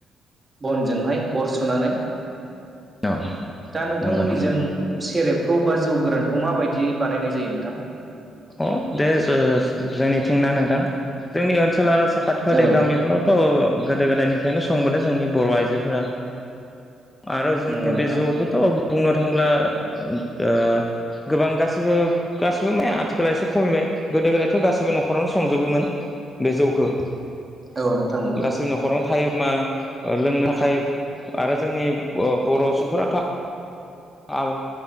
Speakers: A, on the right; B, on the left.
A: बनजोंहाय अर सुनानै
B: अ
A: दा नोंथांमोननिजों
B: नंगौ नंगौ
A: सेरेब खौ बा जौ गोरानखौ माबायदियै बानायनाय जायो नोंथां?
B: अ दे जो जोंनिथिंना नोंथां? जोंनि ओनसोल आरो साखाथि फाखाथि
A: औ
B: गामिफोरावथ गोदो गोदायनि बेखौनो संबोदों जोंनि बर आइजोफोरा। आरो जोंनि
A: नंगौ नोंथां
B: बे जौखौथ बुंनो थाङोब्ला ओ गोबां गासैबो गासैबो मा आथिखाल एसे खमिबाय गोदो गोदायथ गासैबो नखरावनो संजोबोमोन बे जौखौ।
A: औ नोंथां नंगौ।
B: गासैबो न'खरावनो थायो मा लोंनो थाखाय आरो जोंनि ओ बर सुबुंफोराथ आबा